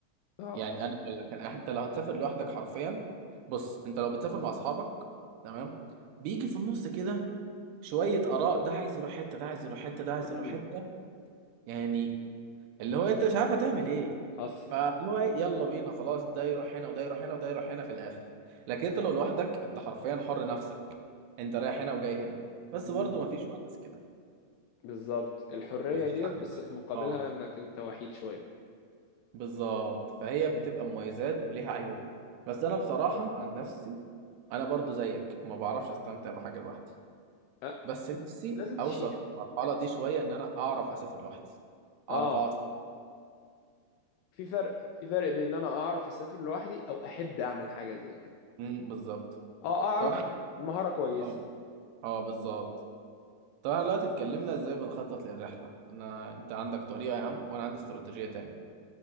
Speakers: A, on the left; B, on the right.
A: اه
B: يعني انا بقول لك انا انت لو هتسافر لوحدك حرفيا بص انت لو بتسافر مع اصحابك تمام بيجي في النص كده شويه اراء ده عايز يروح حته ده عايز يروح حته ده عايز
A: امم
B: يروح حته يعني اللي هو انت مش عارف هتعمل ايه
A: حصل
B: فاللي هو إيه، يلا بينا خلاص ده يروح هنا وده يروح هنا وده يروح هنا في الاخر لكن انت لو لوحدك انت حرفيا حر نفسك انت رايح هنا وجاي هنا بس
A: امم
B: برضه مفيش ونس كده
A: بالظبط الحرية
B: مفيش
A: ديت
B: حد
A: بس
B: معاك.
A: في مقابلها
B: اه
A: انك انت وحيد شوية
B: بالظبط فهي بتبقى مميزات وليها عيوب بس انا بصراحة عن نفسي انا برضو زيك ما بعرفش استمتع بحاجة لوحدي
A: أه.
B: بس نفسي
A: لازم تشير
B: اوصل المرحلة دي شوية ان انا اعرف اسافر لوحدي اعرف
A: اه
B: اقعد
A: في فرق في فرق بين ان انا اعرف اسافر لوحدي او احب اعمل حاجة زي كده
B: امم بالظبط
A: اه اعرف
B: طيب
A: مهارة كويسة
B: اه اه بالظبط طب احنا دلوقتي اتكلمنا ازاي بنخطط للرحلة قلنا انت عندك طريقة يا عم وانا عندي استراتيجية تانية